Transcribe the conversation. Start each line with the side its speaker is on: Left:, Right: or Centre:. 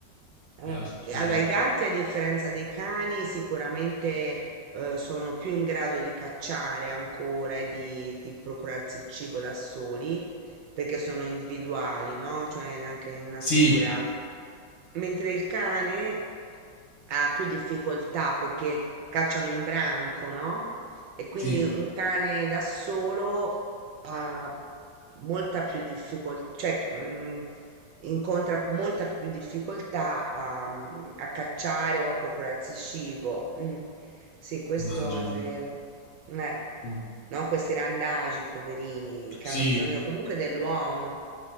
Right: Eh,
Left: gerarchie.
Right: e Allora, i gatti, a differenza dei cani, sicuramente eh, sono più in grado di cacciare ancora e di, di procurarsi il cibo da soli, perché sono individuali, no? Cioè anche in natura.
Left: Sì,
Right: Mentre il cane ha più difficoltà perché cacciano in branco, no? E quindi
Left: sì,
Right: un cane da solo ha molta più difficoltà, cioè, mm, incontra molta più difficoltà a, mm, a cacciare o a procurarsi cibo. Mm, Sì, questo
Left: immagino.
Right: è vero. Eh,
Left: Mm.
Right: no, questi randagi, poverini, che
Left: Sì,
Right: hanno bisogno comunque dell'uomo.